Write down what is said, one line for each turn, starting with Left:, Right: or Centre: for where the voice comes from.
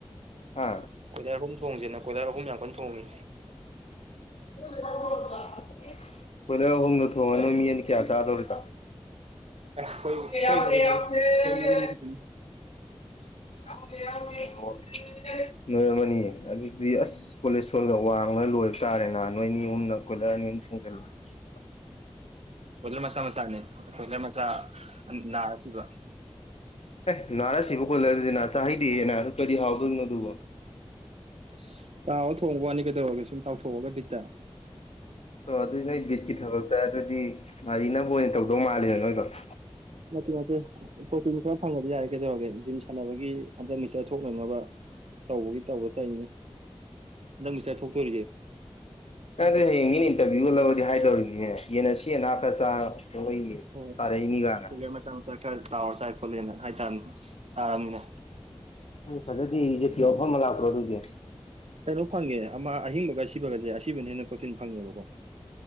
Left: ꯍꯥ
Right: ꯀꯣꯏꯂꯔ ꯑꯍꯨꯝ ꯊꯣꯡꯖꯤꯅ ꯀꯣꯏꯂꯔ ꯑꯍꯨꯝ ꯌꯥꯝ ꯀꯟꯅ ꯊꯣꯡꯉꯤ
Left: <unintelligible> ꯀꯣꯏꯂꯔ ꯑꯍꯨꯝꯗꯣ ꯊꯣꯡꯉꯒ ꯅꯣꯏ ꯃꯤꯌꯦꯅ ꯀꯌꯥ ꯆꯥꯗꯧꯔꯤꯕ
Right: ꯑꯦ ꯑꯩꯈꯣꯏ ꯑꯩꯈꯣꯏ
Left: ꯌꯥꯎꯗꯦ
Right: ꯀꯩꯅꯣ
Left: ꯌꯥꯎꯗꯦ
Right: ꯈꯛꯇꯅꯤ ꯑꯩꯈꯣꯏ
Left: ꯌꯥꯎꯗꯦ
Right: ꯃꯔꯤꯃꯨꯛ <unintelligible>
Left: ꯌꯥꯎꯗꯦ ꯌꯥꯎꯗꯦ ꯑꯣ ꯌꯥꯎꯗꯦ ꯅꯣꯏꯑꯃꯅꯤ ꯑꯗꯨꯗꯤ ꯑꯁ ꯀꯣꯂꯦꯁꯇ꯭ꯔꯣꯜꯒ ꯋꯥꯡꯉ ꯂꯣꯏꯕ ꯇꯥꯔꯦꯅ ꯅꯣꯏ ꯑꯅꯤ ꯑꯍꯨꯝꯅ ꯀꯣꯏꯂꯔ ꯑꯅꯤ ꯑꯍꯨꯝ ꯊꯣꯡꯖꯜꯂꯗꯤ ꯫ <unintelligible>
Right: ꯀꯣꯏꯂꯔ ꯃꯆꯥ ꯃꯆꯥꯅꯦ ꯀꯣꯏꯂꯔ ꯃꯆꯥꯥ ꯅꯔꯥ ꯁꯤꯕ
Left: ꯑꯦ ꯅꯥꯔꯁꯤꯕ ꯀꯣꯜꯂꯔꯗꯤ ꯅ ꯆꯥꯍꯩꯗꯦꯍꯦ ꯑꯗꯨ ꯀꯔꯤ ꯍꯥꯎꯗꯣꯏꯅꯣ ꯑꯗꯨꯕꯨ ꯫
Right: ꯑꯁ ꯇꯥꯎꯔ ꯊꯣꯡꯕ ꯋꯥꯅꯤ ꯀꯩꯗꯧꯔꯒꯦ ꯁꯨꯝ ꯇꯥꯎꯊꯣꯛꯑꯒ ꯕꯤꯠꯇ ꯫
Left: ꯑꯣ ꯑꯗꯨꯏ ꯅꯣꯏ ꯕꯤꯠꯀꯤ ꯊꯕꯛꯇ ꯑꯗꯨꯗꯤ ꯃꯔꯤꯅꯕ ꯑꯣꯏꯅ ꯇꯧꯗꯧ ꯃꯥꯜꯂꯤꯗ ꯅꯣꯏꯗꯣ ꯫
Right: ꯅꯠꯇꯦ ꯅꯠꯇꯦ ꯄꯣꯇꯤꯟ ꯈꯔ ꯐꯪꯉꯗꯤ ꯌꯥꯔꯦ ꯀꯩꯗꯧꯔꯒꯦ ꯖꯤꯝ ꯁꯥꯟꯅꯕꯒꯤ ꯍꯟꯗꯛ ꯃꯤꯆꯔ ꯊꯣꯛꯅꯅꯕ ꯇꯧꯕꯒꯤ ꯇꯧꯒꯦ ꯇꯧꯅꯤ ꯍꯟꯗꯛ ꯃꯤꯁꯇꯔ ꯊꯣꯛꯇꯣꯔꯤꯌꯦ ꯫
Left: ꯅꯪꯒ ꯍꯌꯦꯡ ꯃꯤꯅ ꯏꯟꯇꯔꯚꯤꯌꯨꯒ ꯂꯧꯔꯗꯤ ꯍꯥꯏꯗꯧꯔꯤꯅꯦ ꯫ ꯌꯦꯟ ꯑꯁꯤꯅꯥ ꯈꯔ ꯆꯥ ꯂꯧꯔꯛꯏꯅꯤ
Right: ꯍꯣꯏ
Left: ꯇꯥꯔꯛꯏꯅꯤ ꯀꯀꯥꯏꯅ
Right: ꯕꯣꯏꯂꯔ ꯃꯆꯥ ꯃꯆꯥ ꯈꯔ ꯇꯥꯎꯔ ꯆꯥꯏ ꯈꯣꯠꯂꯦꯅ ꯍꯥꯏꯇꯥꯔꯅꯦ ꯆꯥꯔꯅꯤꯅ ꯫
Left: ꯐꯖꯗꯦꯍꯦ ꯏꯖꯠꯀꯤ ꯋꯥꯐꯝ ꯑꯃ ꯂꯥꯛꯇ꯭ꯔꯣ ꯑꯗꯨꯗꯤ ꯫
Right: ꯀꯩꯅꯣ ꯐꯪꯉꯦ ꯑꯃ ꯑꯍꯤꯡꯕꯒ ꯁꯤꯕꯒꯁꯦ ꯑꯁꯤꯕꯅ ꯍꯦꯅ ꯄꯔꯣꯇꯤꯟ ꯐꯪꯉꯦꯕꯀꯣ ꯫